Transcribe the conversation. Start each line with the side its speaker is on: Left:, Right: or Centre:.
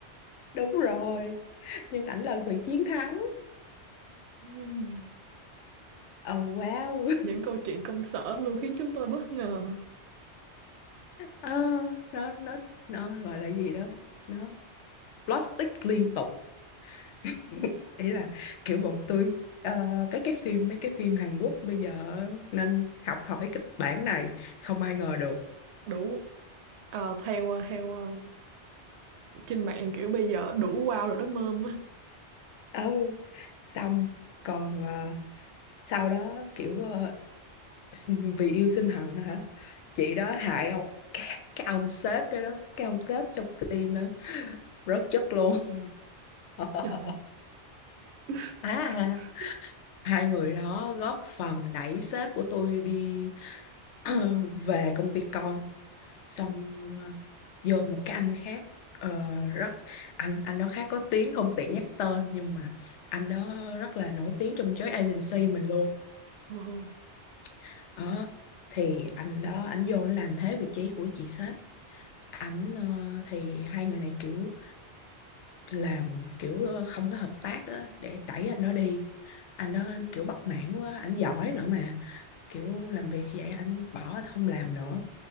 Left: đúng rồi nhưng ảnh là người chiến thắng
Right: Ừm,
Left: oh, wow <laughs>
Right: Những câu chuyện công sở luôn khiến chúng tôi bất ngờ.
Left: Ờ, nó nó nó gọi là gì đó nó plastic liên tục <laughs> ý là kiểu bọn tôi ờ, cái cái phim mấy cái phim Hàn Quốc bây giờ nên học hỏi kịch bản này không ai ngờ được
Right: Đủ ờ, theo ờ, theo ờ, trên mạng kiểu bây giờ đủ wow rồi đó mơm á.
Left: ừ xong còn ờ, sau đó kiểu ờ, s- vì yêu sinh hận hả chị đó hại ông cái, cái ông sếp đó đó cái ông sếp trong team đó rớt chất luôn <laughs>
Right: Trời. <laughs>
Left: à hai người đó góp phần đẩy sếp của tôi đi <clears throat> về công ty con xong ờ, vô một cái anh khác ờ, rất anh anh đó khá có tiếng không tiện nhắc tên nhưng mà anh đó rất là nổi tiếng trong giới agency mình luôn
Right: Ồ.
Left: <clears throat> đó thì anh đó anh vô anh làm thế vị trí của chị sếp ảnh ờ, thì hai người này kiểu làm kiểu ờ, không có hợp tác á, để đẩy anh đó đi anh đó anh kiểu bất mãn quá anh giỏi nữa mà kiểu làm việc vậy anh bỏ anh không làm nữa